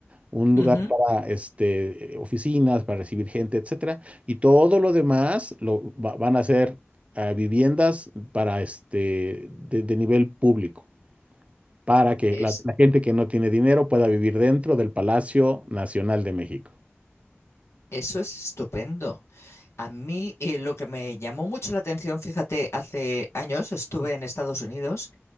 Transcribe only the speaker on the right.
un
lugar para este, oficinas, para recibir gente, etcétera, y todo lo demás lo va- van a ser eh, viviendas para este de de nivel público para que
la, la gente que no tiene dinero pueda vivir dentro del Palacio Nacional de México.